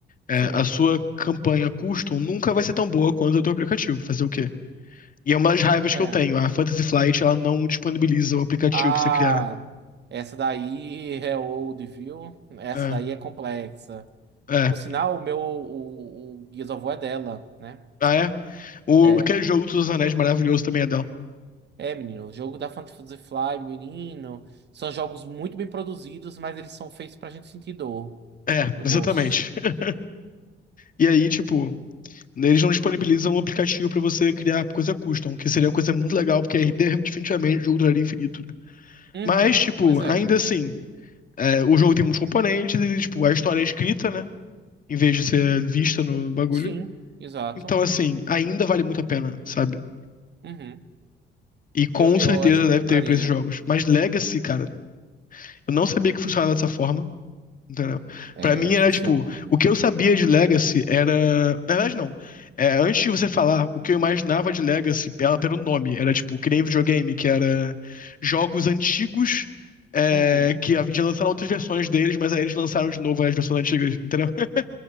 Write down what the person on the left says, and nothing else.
É,
a sua campanha custom nunca vai ser tão boa quanto o do aplicativo. Fazer o quê? E é uma das raivas
que eu tenho. A Fantasy Flight, ela não disponibiliza o aplicativo
pra você criar.
É,
é.
Ah, é? O,
aquele jogo dos Anéis maravilhoso também é dela.
É,
exatamente.
<laughs> E aí, tipo, eles não disponibilizam o aplicativo pra você criar coisa custom, que seria uma coisa muito legal, porque aí definitivamente o jogo duraria infinito, né?
Mas, tipo,
ainda assim, é, o jogo tem muitos componentes e, tipo, a história é escrita, né? Em vez de ser vista no bagulho.
Então, assim, ainda vale muito a pena, sabe?
E com
certeza
deve
ter pra esses jogos. Mas Legacy, cara, eu não sabia que funcionava dessa forma, entendeu?
Pra mim era
tipo, o que eu sabia de Legacy era. Na verdade, não. É, antes de você falar, o que eu imaginava de Legacy ela pelo nome. Era tipo, que nem videogame, que era jogos antigos. é,
que já lançaram outras versões deles, mas aí eles lançaram de novo as versões antigas, entendeu? <laughs>